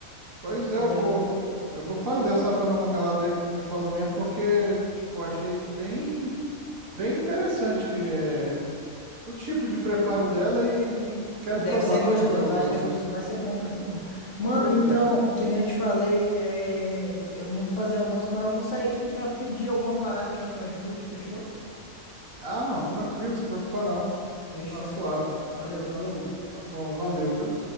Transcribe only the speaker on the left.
Eu te
falei.
Deve
ser gostoso,
tu
acha que é gostoso? Vai ser bom, vai ser bom. Mano,
então,
que nem eu te falei, é, eu nem vou fazer almoço, mas eu vou sair aqui pra pedir alguma parada aqui no iFood, fechou?
Fechou
então. Valeu, falou.